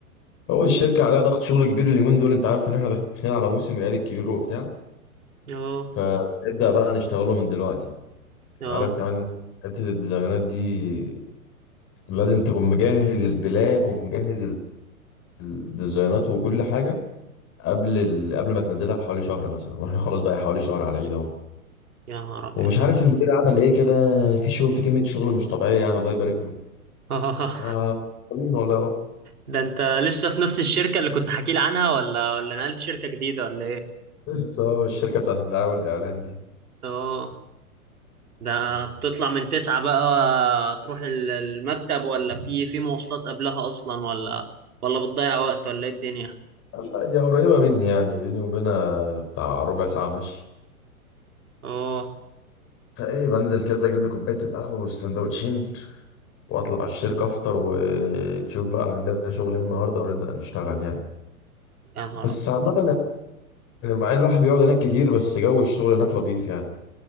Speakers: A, on the left; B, on the right.
A: هو الشركة عليها ضغط شغل كبير اليومين دول انت عارف ان احنا داخلين على موسم العيد الكبير وبتاع
B: آه
A: فنبدأ بقى نشتغله من دلوقتي انت
B: آه
A: عارف كمان حتة الديزاينات دي لازم تكون مجهز البلان ومجهز ال- الديزاينات وكل حاجة قبل ال... قبل ما تنزلها بحوالي شهر مثلا واحنا خلاص بقى حوالي شهر على العيد اهو
B: يا نهار أبيض
A: ومش عارف المدير عمل ايه كده في شغل في كمية شغل مش طبيعية يعني الله يبارك له
B: <laughs> آه
A: ف- مين والله اهو.
B: ده أنت لسه في نفس الشركة اللي كنت حكي لي عنها ولا ولا نقلت شركة جديدة ولا إيه
A: لسه آه، الشركة بتاعت الدعاية والإعلان دي
B: آه ده بتطلع من تسعة بقى تروح ال- المكتب ولا في في مواصلات قبلها أصلا ولا ولا بتضيع وقت ولا إيه الدنيا
A: هي قريبة مني يعني بيني وبينها بتاع ربع ساعة مشي
B: اه
A: فايه بنزل كده اجيب لي كوبايه القهوه والسندوتشين وأطلع على الشركة أفطر ونشوف بقى عندنا شغل إيه النهاردة ونبدأ نشتغل يعني
B: يا نهار
A: بس
B: ابيض
A: عامة يعني مع إن الواحد بيقعد هناك كتير بس جو الشغل هناك لطيف يعني